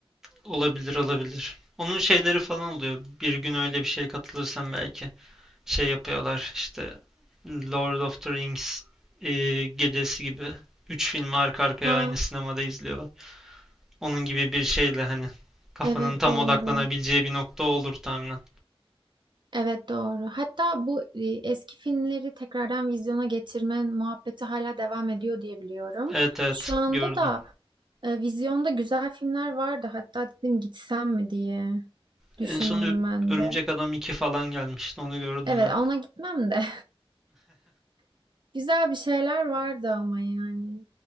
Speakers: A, in the centre; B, on the right.
A: olabilir olabilir. Onun şeyleri falan oluyor. Bir gün öyle bir şeye katılırsam belki şey yapıyorlar işte Lord of the Rings e, gecesi gibi. üç filmi arka arkaya
B: Ha,
A: aynı sinemada izliyorlar. Onun gibi bir şeyle hani kafanın
B: evet
A: tam
B: doğru.
A: odaklanabileceği bir nokta olur tahminen.
B: Evet doğru. Hatta bu e, eski filmleri tekrardan vizyona getirme muhabbeti hala devam ediyor diye biliyorum.
A: Evet evet
B: Şu anda
A: gördüm.
B: da e, vizyonda güzel filmler vardı. Hatta dedim gitsem mi diye düşündüm
A: En son Ö-
B: ben
A: Örümcek
B: de.
A: Adam iki falan gelmişti onu gördüm
B: Evet
A: ben.
B: ona gitmem de. <laughs> Güzel bir şeyler vardı ama yani.